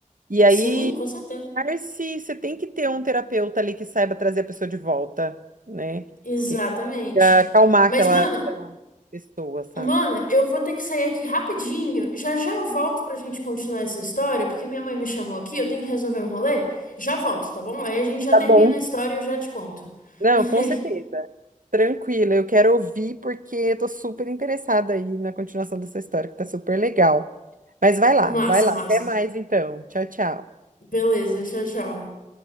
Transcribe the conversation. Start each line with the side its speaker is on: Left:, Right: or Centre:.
Right: E aí,
Left: sim, com certeza.
Right: catarse, você tem que ter um terapeuta ali que saiba trazer a pessoa de volta, né?
Left: Exatamente.
Right: Que consiga acalmar
Left: Mas,
Right: aquela
Left: mano,
Right: aquela pessoa, sabe?
Left: Mana, eu vou ter que sair aqui rapidinho. Já já eu volto pra gente continuar essa história, porque minha mãe me chamou aqui, eu tenho que resolver um rolê. Já volto, tá bom? Aí a gente já
Right: Tá
Left: termina
Right: bom.
Left: a história e eu já te conto.
Right: Não,
Left: <laughs>
Right: com certeza. Tranquila, eu quero ouvir porque eu tô super interessada aí na continuação dessa história, que tá super legal. Mas vai lá,
Left: Massa,
Right: vai lá.
Left: massa.
Right: Até mais então. Tchau, tchau.
Left: Beleza, tchau, tchau.